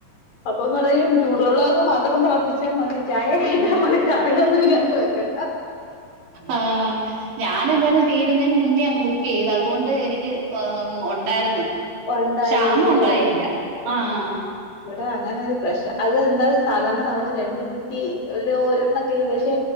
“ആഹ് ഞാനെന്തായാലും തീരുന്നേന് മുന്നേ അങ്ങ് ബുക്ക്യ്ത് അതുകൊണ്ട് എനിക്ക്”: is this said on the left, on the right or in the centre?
Right